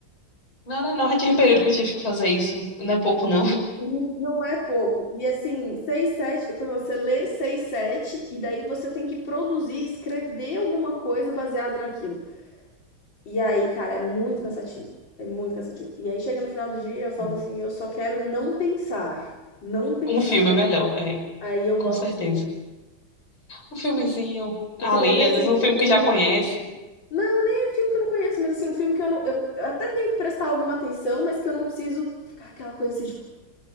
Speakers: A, on the left; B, on the left.
A: Não, não, não, já tive período que eu tive que fazer isso. Não é pouco, não.
B: Não não é pouco. E assim, seis, sete, para você ler seis, sete, e daí você tem que produzir, escrever alguma coisa baseada naquilo. E aí, cara, é muito cansativo. É muito cansativo. E aí chega no final do dia, eu falo
A: <laughs>
B: assim, eu só quero não pensar. Não pensar.
A: Um filme é melhor, é,
B: Aí eu boto
A: com certeza.
B: o filme.
A: Um filmezinho
B: Porque
A: ali,
B: daí, assim,
A: às vezes um filme
B: eu
A: que já
B: não.
A: conhece.
B: Não, nem é um filme que eu não conheço, mas assim, um filme que eu não. Eu eu até tenho que prestar alguma atenção, mas que eu não preciso ficar aquela coisa assim, tipo.